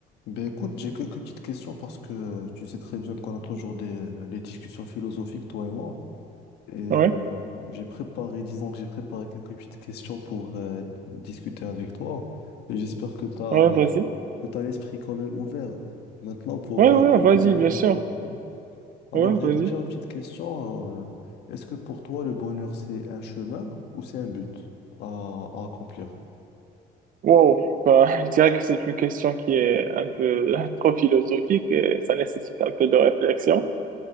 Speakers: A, on the left (about 80°); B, on the right (about 55°).
A: Ben écoute, j'ai quelques petites questions parce que euh, tu sais très bien qu'on a toujours des, euh, des discussions philosophiques, toi et moi. Et euh,
B: Ouais,
A: j'ai préparé, disons que j'ai préparé quelques petites questions pour euh, discuter avec toi. Et j'espère que tu as,
B: ouais, vas-y.
A: que tu l'esprit quand même ouvert euh, maintenant pour,
B: Ouais, ouais,
A: euh, pour
B: vas-y,
A: bien y réfléchir,
B: bien sûr.
A: ok? Alors
B: Ouais, vas-y.
A: j'ai déjà une petite question. euh, est-ce que pour toi, le bonheur, c'est un chemin ou c'est un but à, à accomplir?
B: Wow. Bah, <laughs> je dirais que c'est une question qui est un peu <laughs> trop philosophique et ça nécessite un peu de réflexion.